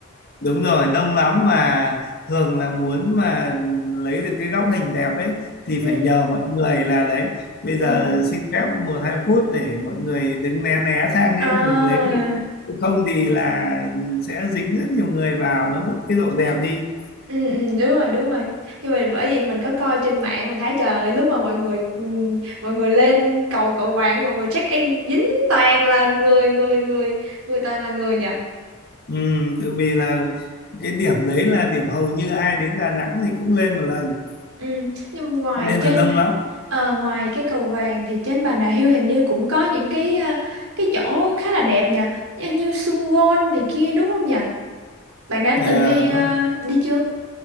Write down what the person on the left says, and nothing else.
đúng rồi đông lắm mà thường là muốn mà lấy được cái góc hình đẹp ấy thì
phải nhờ mọi người là đấy bây
giờ xin phép một hai phút để mọi người đứng né né sang ấy
mình lấy được Chứ không thì là sẽ dính rất nhiều người vào nó mất cái độ đẹp đi
ừ, tự vì là cái điểm đấy là điểm hầu như ai đến Đà Nẵng thì cũng lên một lần
cho nên
là đông lắm
à,
nó